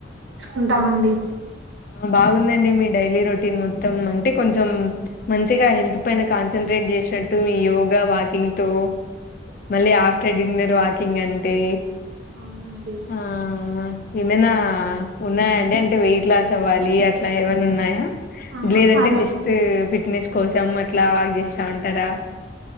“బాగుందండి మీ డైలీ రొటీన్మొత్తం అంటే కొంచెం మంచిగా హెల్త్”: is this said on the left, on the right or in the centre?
Left